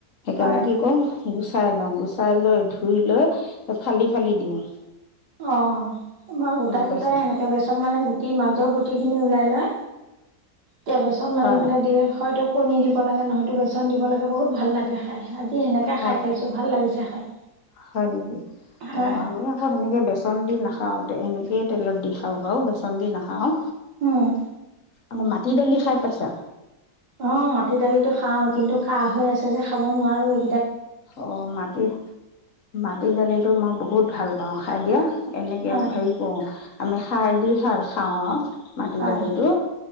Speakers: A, on the left (about 50°); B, on the right (about 75°).
A: সেইকাৰণে
B: হয়
A: কি কৰো, গুচাই লওঁ গুচাই লৈ ধুই লৈ ফালি ফালি দিওঁ <inaudible>
B: অঁ মই গোটাই
A: বুজি পাইছা
B: গোটাই বেচন মানে গুটি মাজৰ গুটি খিনি ওলাই লৈ তেতিয়া বেচন মাৰি
A: হয়
B: পেলাই দিয়ে হয় তোক কণী দিব লাগে, নহয়তো বেচন দিব লাগে, বহুত ভাল লাগে খাই। আজি সেনেকে
A: হয়
B: খাই চাইছো ভাল লাগিছে খাই।
A: হয় নেকি?
B: হয়
A: অ' আমি আকৌ সেনেকে বেচ বেচন দি নাখাওঁ, তে এনেকেই তেলত দি বাৰু বেচন দি নাখাওঁ
B: উম
A: অঁ, মাটি দালি খাই পাইছা?
B: উম মাটি দালিটো খাওঁ, কিন্তু কাঁহ হৈ আছে যে খাব নোৱাৰো এই
A: অঁ মাটি, মাটি দালিতো মই বহুত ভাল পাওঁ খাই দিয়া এনেকে
B: হয়
A: হেৰি কৰোঁ, আমি সাৰ দি সাৰ খাওঁ আও মাটি
B: হয়
A: দালিটো।